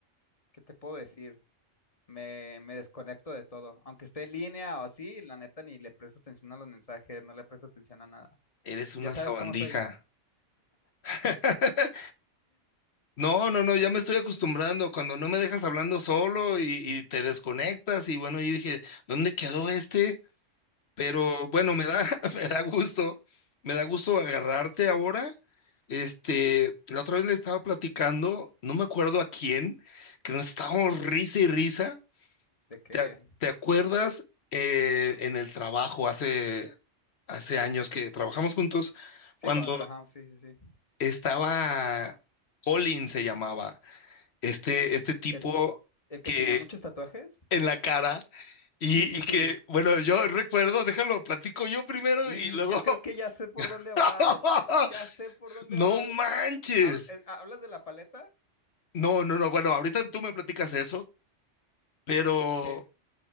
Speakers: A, on the left (about 30°); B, on the left (about 60°).
A: ¿qué te puedo decir? Me, me desconecto de todo. Aunque esté en línea o así, la neta ni le presto atención a los mensajes, no le presto atención a nada.
B: Eres una
A: Ya sabes
B: sabandija.
A: cómo soy.
B: <laughs> No, no, no, ya me estoy acostumbrando cuando no me dejas hablando solo y, y te desconectas. Y bueno, yo dije, ¿dónde quedó este? Pero bueno, me da, <laughs> me da gusto, me da gusto agarrarte ahora. Este, la otra vez le estaba platicando, no me acuerdo a quién, que nos estábamos risa y risa.
A: ¿De qué?
B: ¿Te, ac- te acuerdas eh, en el trabajo hace, hace años que trabajamos juntos,
A: Sí,
B: cuando
A: cuando trabajamos, sí, sí, sí.
B: estaba Colin se llamaba, este, este tipo
A: ¿El, el
B: que
A: que tenía muchos tatuajes?
B: en la cara y,
A: Sí, sí,
B: y
A: sí.
B: que, bueno, yo recuerdo, déjalo, platico yo primero
A: Y
B: y luego
A: yo creo
B: <laughs>
A: que ya sé por dónde vas.
B: <laughs>
A: Ya sé por dónde
B: No
A: vas.
B: manches.
A: Habl- eh, ¿Hablas de la paleta?
B: No, no, no. Bueno, ahorita tú me platicas eso, pero
A: ¿O qué?